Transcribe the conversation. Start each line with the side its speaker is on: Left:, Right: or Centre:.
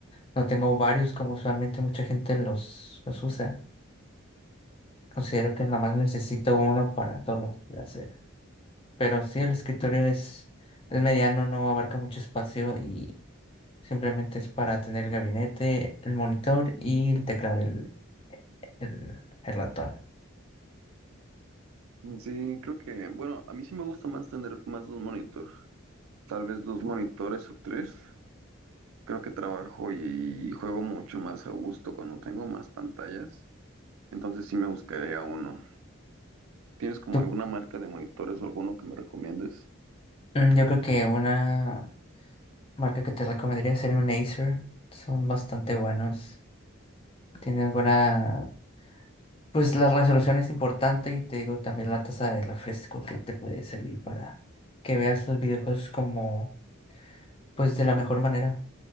Left: no tengo varios como usualmente mucha gente los, los usa. Considero que nomás necesito uno para todo lo que quiero hacer. Pero sí, el escritorio es, es mediano, no abarca mucho espacio y simplemente es para tener el gabinete, el monitor y el teclado, el, el, el ratón.
Right: Mm, Sí, creo que, bueno, a mí sí me gusta más tener más de un monitor, tal vez dos monitores o tres. Creo que trabajo y juego mucho más a gusto cuando tengo más pantallas, entonces sí me buscaría uno. ¿Tienes como
Left: Tú-
Right: alguna marca de monitores o alguno que me recomiendes?
Left: mm, yo creo que una marca que te recomendaría sería un Acer. Son bastante buenos. Tienen buena... Pues la resolución es importante y te digo también la tasa de refresco que te puede servir para que veas los videojuegos como, pues de la mejor manera.